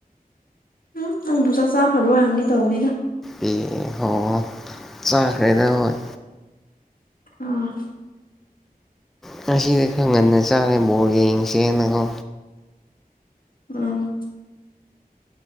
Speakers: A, on the left (about 65°); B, in the centre.
A: ꯁꯨꯝ ꯅꯪꯕꯨ ꯆꯥꯛ ꯆꯥꯈ꯭ꯔꯕꯣꯏ ꯍꯪꯒꯦ ꯇꯧꯕꯅꯤꯗ
B: ꯑꯣ ꯍꯣ ꯆꯥꯈ꯭ꯔꯦꯗ ꯍꯣꯏ
A: ꯑꯝ
B: ꯉꯁꯤꯗꯤ ꯈꯔ ꯉꯟꯅ ꯆꯥꯔꯦ ꯕꯣꯜ ꯌꯦꯡꯁꯦꯅꯀꯣ
A: ꯑꯝ